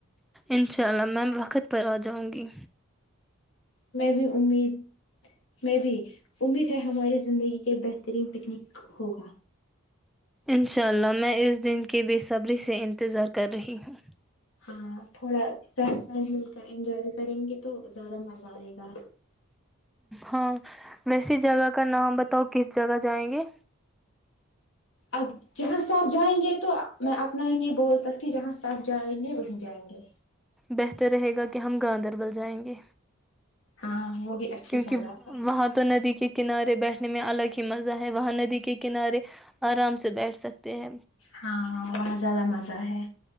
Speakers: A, in the centre; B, on the left.
A: انشاء اللہ میم وقت پر آ جاؤں گی
B: میں بھی امید میں بھی امید ہے ہماری زندگی کے بہترین پکنک ہوگا
A: انشاء اللہ میں اس دن کی بےصبری سے انتظار کر رہی ہوں
B: ہاں تھوڑا فرینڈس وڈ مل کر انجوائے بھی کریں گے تو زیادہ مزہ آئے گا
A: ہاں ویسی جگہ کا نام بتاؤ کس جگہ جائیں گے
B: اب جہاں سب جائیں گے تو میں اپنا ہی نہیں بول سکتی جہاں سب جائیں گے وہیں جائیں گے
A: بہتر رہے گا کہ ہم گاندربل جائیں گے
B: ہاں وہ بھی اچھی
A: کیونکہ
B: جگہ ہے
A: وہاں تو ندی کے کنارے بیٹھنے میں الگ ہی مزہ ہے وہاں ندی کے کنارے آرام سے بیٹھ سکتے ہیں
B: ہاں وہاں زیادہ مزہ ہے